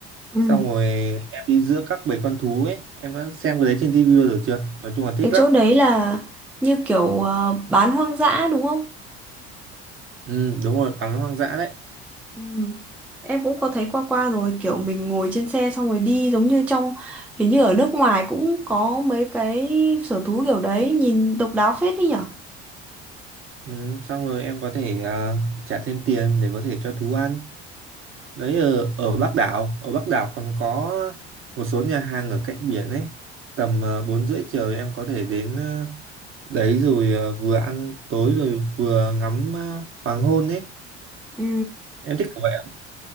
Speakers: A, in the centre; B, on the right (about 40°).
A: Ừ.
B: Xong rồi em đi giữa các bầy con thú ấy, em đã xem cái đấy trên tivi bao giờ chưa? Nói chung là thích
A: cái
B: lắm.
A: chỗ đấy là như kiểu ờ, bán hoang dã đúng không
B: Ừ, đúng rồi, bắn hoang dã đấy.
A: Ừ. Em cũng có thấy qua qua rồi kiểu mình ngồi trên xe xong rồi đi giống như trong hình như ở nước ngoài cũng có mấy cái sở thú kiểu đấy nhìn độc đáo phết đi nhở
B: Ừ, xong rồi em có thể à, trả thêm tiền để có thể cho thú ăn. đấy ở, ở Bắc đảo ở Bắc đảo còn có một số nhà hàng ở cạnh biển ấy tầm ờ, bốn rưỡi chiều em có thể đến ờ, đấy rồi ờ, vừa ăn tối rồi vừa ngắm ờ, hoàng hôn ấy
A: Ừ.
B: em thích kiểu vậy ạ.